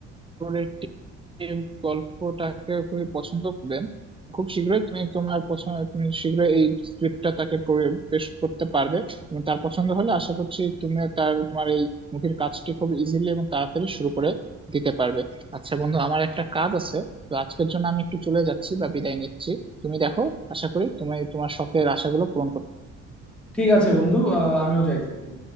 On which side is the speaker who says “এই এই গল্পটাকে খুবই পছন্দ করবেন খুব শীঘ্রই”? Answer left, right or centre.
Right